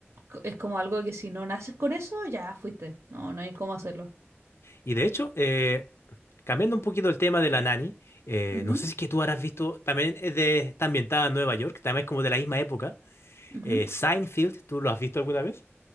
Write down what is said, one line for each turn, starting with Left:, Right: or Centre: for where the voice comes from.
Right: Co- Es como algo que si no naces con eso, ya fuiste. No, no hay cómo hacerlo.
Left: Y de hecho, eh, cambiando un poquito el tema de la nani, eh,
Right: Ujú,
Left: no sé si es que tú habrás visto, también es de, está ambientada en Nueva York, también es como de la misma época,
Right: ujú.
Left: eh, Seinfeld, ¿tú lo has visto alguna vez?